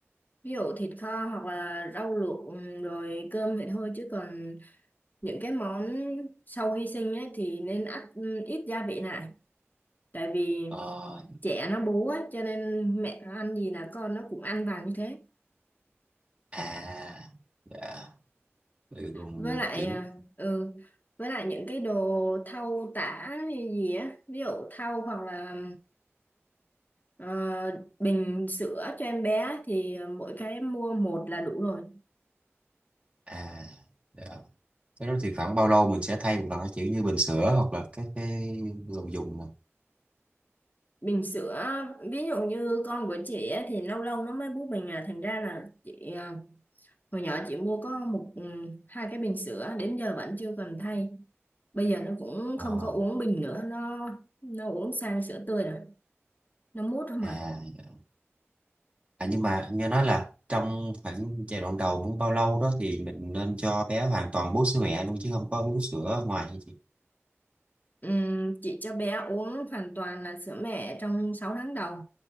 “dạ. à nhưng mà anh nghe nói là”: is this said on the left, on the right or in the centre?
Right